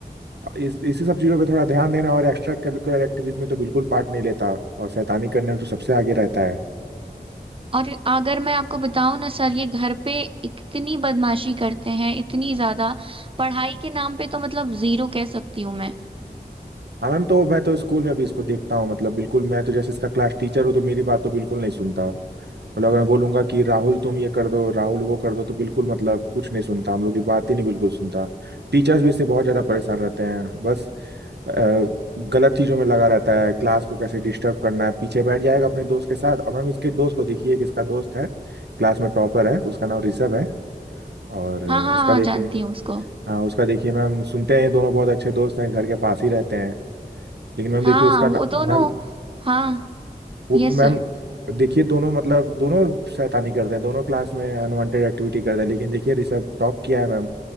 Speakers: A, on the right (about 85°); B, on the right (about 35°).
A: इस इसी सब चीज़ों पे थोड़ा ध्यान देना और एक्स्ट्रा करिकुलर एक्टिविटीज में तो बिल्कुल पार्ट नहीं लेता और शैतानी करने में तो सबसे आगे रहता है
B: और अगर मैं आपको बताऊं ना सर ये घर पे इतनी बदमाशी करते हैं इतनी ज्यादा पढ़ाई के नाम पे तो मतलब जीरो कह सकती हूँ मैं
A: हाँ मैम तो मैं तो स्कूल में भी इसको देखता हूँ मतलब बिल्कुल मैं तो जैसे इसका क्लास टीचर हूँ तो मेरी बात तो बिल्कुल नहीं सुनता मतलब अगर मैं बोलूंगा कि राहुल तुम ये कर दो राहुल वो कर दो तो बिल्कुल मतलब कुछ नहीं सुनता हम लोग की बात ही नहीं बिल्कुल सुनता टीचर्स भी इससे बहुत ज्यादा परेशान रहते हैं बस अ, गलत चीजों में लगा रहता है क्लास को कैसे डिस्टर्ब करना है पीछे बैठ जाएगा अपने दोस्त के साथ अब हम इसके दोस्त को देखिए कि इसका दोस्त है क्लास में टॉपर है उसका नाम ऋषभ है और
B: हाँ हाँ
A: उसका
B: हाँ
A: देखिए
B: जानती हूँ उसको
A: हाँ उसका देखिए मैम सुनते हैं ये दोनों बहुत अच्छे दोस्त हैं घर के पास ही रहते हैं लेकिन मैम
B: हाँ
A: देखिए उसका
B: वो
A: मैम
B: दोनों हाँ
A: वो
B: Yes
A: मैम
B: sir
A: देखिए दोनों मतलब दोनों शैतानी करते हैं दोनों क्लास में अनवांटेड एक्टिविटी करते हैं लेकिन देखिए ऋषभ टॉप किया है मैम